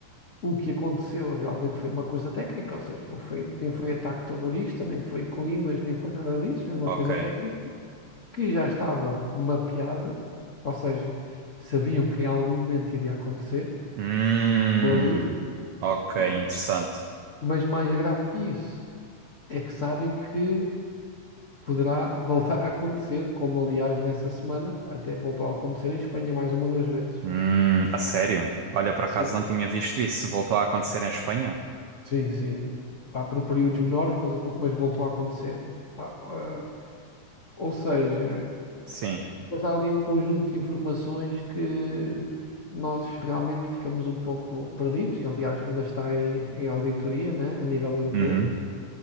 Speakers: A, on the left; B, on the right.
A: o que aconteceu realmente foi uma coisa técnica, ou seja, não foi, nem foi ataque terrorista, nem foi climas, nem foi nada disso, foi uma
B: ok.
A: coisa técnica que já estava mapeada, ou seja, sabiam que em algum momento iria acontecer
B: Hum,
A: ali,
B: ok,
A: e-
B: interessante.
A: mas mais grave que isso é que sabem que poderá voltar a acontecer, como aliás nessa semana até voltou a acontecer em Espanha mais uma ou duas vezes.
B: Hum, a sério? Olha, por acaso
A: Sim.
B: não tinha visto isso. Voltou a acontecer em Espanha?
A: Sim, sim. Pá, por períodos menores, mas, vo- mas voltou a acontecer. Pá, ah, ou seja,
B: Sim.
A: depois há ali um conjunto de informações que nós realmente ficamos um pouco perdidos. E, Aliás, ainda está em, em auditoria, né, a nível europeu.
B: Uhum,